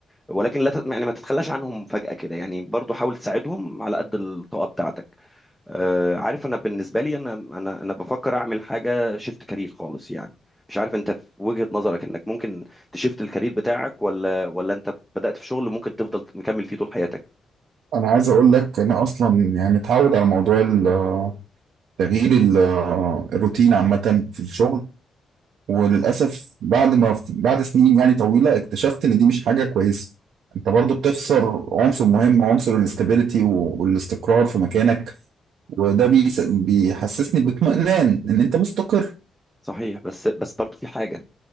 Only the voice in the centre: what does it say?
ولكن لا ت- يعني ما تتخلاش عنهم فجأة كده يعني برضو حاول تساعدهم على قد الطاقة بتاعتك آه، عارف انا بالنسبة لي انا انا انا بفكر اعمل حاجة شيفت كارير خالص يعني مش عارف انت في وجهة نظرك انك ممكن تشيفت الكارير بتاعك ولا ولا انت بدأت في شغل ممكن تفضل مكمل فيه طول حياتك
صحيح بس بس برضو في حاجة